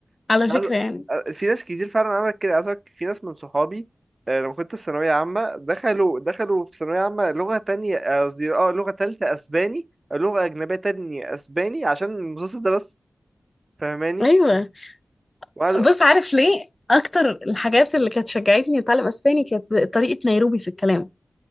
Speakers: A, on the left (about 40°); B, on the right (about 40°).
A: على فكره
B: عايز-
A: يعني
B: آه، في ناس كتير فعلا عملت كده عايز أقولك في ناس من صحابي آه، لما كنت في ثانوية عامة دخلوا دخلوا في ثانوية عامة لغة تانية آه، قصدي اه لغة تالتة أسباني آه، لغة أجنبية تانية أسباني عشان المسلسل ده بس فاهماني
A: ايوه
B: وقعد
A: بص عارف ليه اكتر الحاجات اللي كانت شجعتني اتعلم اسباني كانت طريقة نيروبي في الكلام